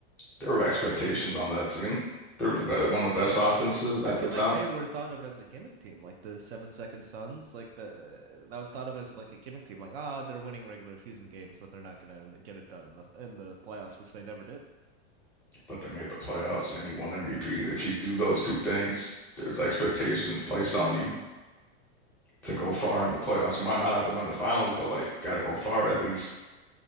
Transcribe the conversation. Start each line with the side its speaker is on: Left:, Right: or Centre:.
Centre: there were expectations on that team. They were the best, one of the best offenses at
Right: I feel
Centre: the time,
Right: like they were thought of as a gimmick team, like the Seven Second Suns, like the uh, that was thought of as like a gimmick team, like ah, oh, they're winning regular season games, but they're not gonna get it done in the in the playoffs, which they never did.
Centre: but they made the playoffs and he won MVP. If you do those two things, there's expectations placed on you to go far in the playoffs. You might not have to win the finals, but like gotta go far at least.